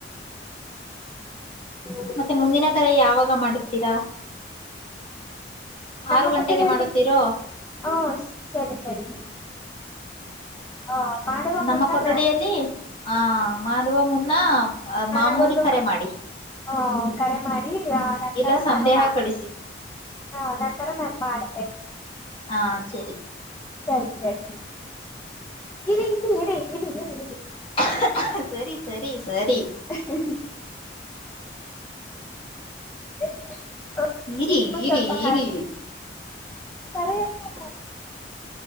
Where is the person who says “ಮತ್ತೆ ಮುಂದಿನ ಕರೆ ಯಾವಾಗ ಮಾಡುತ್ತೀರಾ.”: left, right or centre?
Left